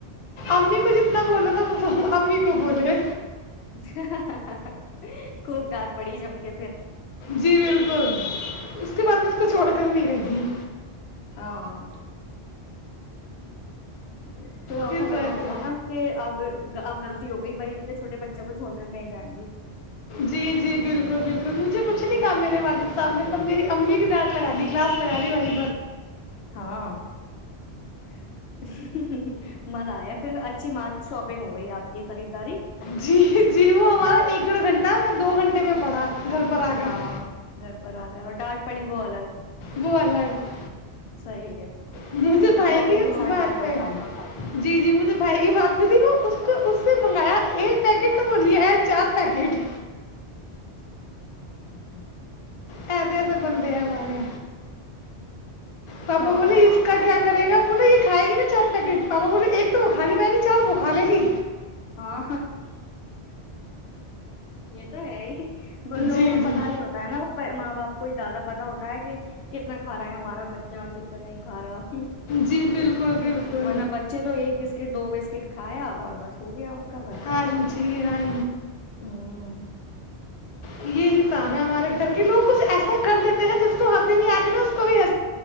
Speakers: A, on the left; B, on the left.
A: امی کو جتنا بولانا تھا وہ امی کو بولے
B: <inaudible> پڑی جم کے پھر
A: جی بالکل اس کے بعد میں اس کو چھوڑ کر نہیں گئی تھی
B: ہاں <inaudible> <inaudible> پھر ایسا
A: کس
B: لگا
A: واسطے
B: ہوگا نا کہ اب اب غلطی ہو گئی بھائی انے چھوٹے بچوں کو چھوڑ کر نہیں جائیں گی
A: جی جی بالکل بالکل مجھے کچھ نہیں کہا میرے والد صاحب نے پر میری امی کی ڈانٹ لگا دی کلاس لگا دی وہئی
B: ہاں <inaudible> پھر اچھی مارک شاپنگ ہو گئی آپ کی خریداری
A: جی جی وہ ہمارا ایکڑ گھنٹہ نہ میں دو گھنٹے میں پڑھا گھر پر آ کر
B: ہاں گھر پر آ کر اور ڈانٹ پڑی وہ الگ
A: وہ الگ
B: صیح ہے
A: مجھے
B: صحیح ہے
A: بھائی
B: شاپنگ
A: کی
B: کے ساتھ
A: بات
B: ڈانٹ اور
A: پہ
B: کھا لی
A: جی جی مجھے بھائی کی بات پہ تھی اس نے منگایا یہ پیکٹ تو بوولیا ہے چار پیکٹ
B: <inaudible>
A: ایسے ایسے بند ہیں مارے تو آپ
B: ہاں
A: بوللیے اس کا کیا کرے گا ا نہ یہ کھائے گی نا چار پیکٹ پاپا بولے ایک تو وہ کا نہیں پائیں گی چار بکھال لے گی
B: ہاں یہ تو ہے ہی لوگوں
A: جی
B: کو
A: جی
B: پتا نہیں ہوتا ہے نا وہ ماں باپ کو زیادہ پتا ہوتا ہے کہ کتنا کھا رہا ہے ہمارا بچہ کتنا نہیں کھا رہا
A: جی بالکل بالکل
B: ورنہ بچے تو ایک بسکٹ دو بسکٹ کھایا اور بس ہو گیا ان کا بھر گیا
A: ہاں
B: پیٹ
A: جی ہاں
B: ہوں
A: یہی حساب ہے ہمارے گھر کے لوگ کچھ ایسا کر دیتے ہیں جس کو ہنسی نہیں آتی نا اس کو بھی ہ